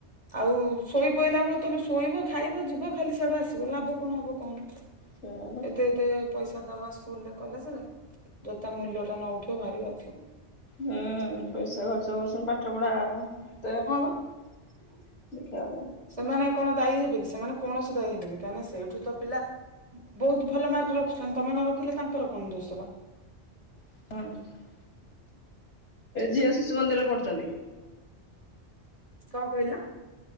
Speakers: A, on the right; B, on the left.
A: ଆଉ ଶୋଇ ପଇଲା ବେଳୁ ତମେ ଶୋଇବ ଖାଇବ ଯିବ ଖାଲି ସିଆଡୁ ଆସିବ ଲାଭ କଣ ହବ କହୁନ।
B: ସେଇଆ ପା।
A: ଏତେ ଏତେ ପଇସା ଦବା ସ୍କୁଲରେ କଲେଜ୍ ରେ ଯଦି ତା ମୂଲ୍ୟ ଟା ନ ଉଠିବ ଭାରିି ବାଧିବ।
B: ହୁଁ। ପଇସା ଖର୍ଚ୍ଚ କରୁସନ୍ତି ପାଠ ପଢା ଏତେ ଦେଖିବା
A: ହଁ ବା
B: କଥା।
A: ସେମାନେ କଣ ଦାୟୀ ହେବେ କି, ସେମାନେ କୌଣସି ଦାୟୀ ହେବେନି। କାହିଁକି ନା ସେଇଠୁ ତ ପିଲା ବହୁତ ଭଲ ମାର୍କ ରଖୁଛନ୍ତି। ତମେ ନ ରଖିଲେ ତାଙ୍କର କଣ ଦୋଷ ବା।
B: <unintelligible> ଝିଅ ଶିଶୁ ମନ୍ଦିରରେ ପଢୁଛନ୍ତି।
A: କଣ କହିଲ?